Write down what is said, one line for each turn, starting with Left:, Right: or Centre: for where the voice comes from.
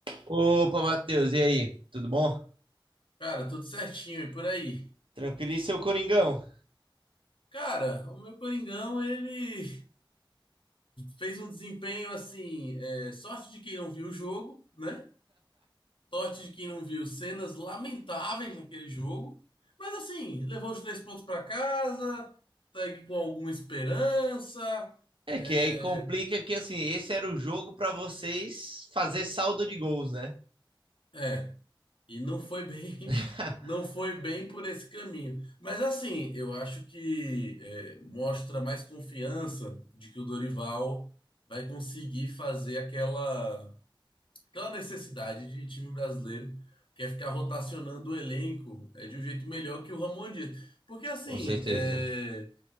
Right: Opa, Matheus, e aí? Tudo bom?
Left: Cara, tudo certinho e por aí.
Right: Tranquilo, e seu Coringão?
Left: Cara, o meu Coringão, ele fez um desempenho assim, é, sorte de quem não viu o jogo, né? Sorte de quem não viu cenas lamentáveis naquele jogo. Mas assim, levou os três pontos pra casa, segue com alguma esperança.
Right: É
Left: É,
Right: que aí complica que assim, esse era o jogo para vocês fazer saldo de gols, né?
Left: é. E não foi bem,
Right: <laughs>
Left: <laughs> não foi bem por esse caminho. Mas assim, eu acho que é, mostra mais confiança de que o Dorival vai conseguir fazer aquela, aquela necessidade de time brasileiro, que é ficar rotacionando o elenco é, de um jeito melhor que o Ramon Dias. Porque assim,
Right: Com certeza.
Left: é,